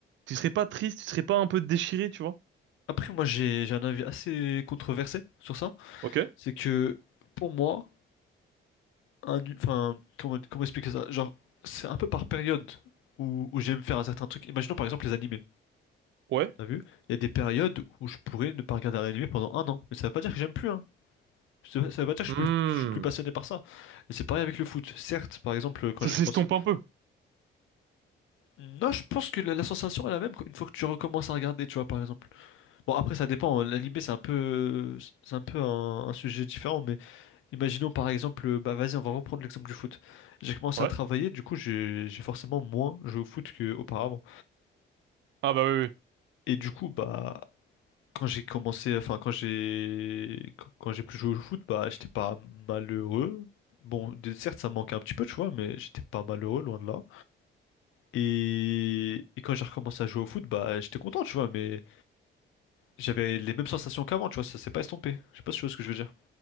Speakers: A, on the right; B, on the left.
A: Tu serais pas triste, tu serais pas un peu déchiré, tu vois?
B: après, moi, j'ai j'ai un avis assez controversé sur ça.
A: Ok?
B: C'est que pour moi, un- enfin, comment, comment expliquer ça? Genre, c'est un peu par période où, où j'aime faire un certain truc. Imaginons par exemple les animés.
A: Ouais.
B: T'as vu? Il y a des périodes où je pourrais ne pas regarder un animé pendant un an. Mais ça veut pas dire que j'aime plus, hein. Ça ça veut pas dire que
A: Hmm.
B: je, peux- je suis plus passionné par ça. Et c'est pareil avec le foot. Certes, par exemple, quand
A: Ça
B: j'ai
A: s'estompe
B: commencé.
A: un peu.
B: Non, je pense que la, la sensation est la même une fois que tu recommences à regarder, tu vois, par exemple. Bon, après, ça dépend. L'animé, c'est un peu, c'est un peu un, un sujet différent, mais Imaginons par exemple, euh, bah vas-y, on va reprendre l'exemple du foot. J'ai commencé
A: Ouais.
B: à travailler, du coup j'ai j'ai forcément moins joué au foot qu'auparavant.
A: Ah bah oui, oui.
B: Et du coup, bah quand j'ai commencé, enfin quand j'ai quand quand j'ai plus joué au foot, bah j'étais pas malheureux. Bon, de- certes ça me manquait un petit peu, tu vois, mais j'étais pas malheureux, loin de là. Et, et quand j'ai recommencé à jouer au foot, bah j'étais content, tu vois, mais j'avais les mêmes sensations qu'avant, tu vois, ça s'est pas estompé. Je sais pas si tu vois ce que je veux dire.